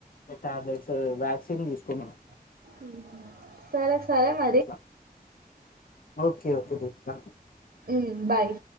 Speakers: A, on the left (about 65°); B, on the right (about 75°).
A: టాబ్లెట్స్ వ్యాక్సిన్ తీసుకున్నా
B: అహా సరే సరే మరి
A: అట్లా ఓకే ఓకే ద
B: ఊ బాయ్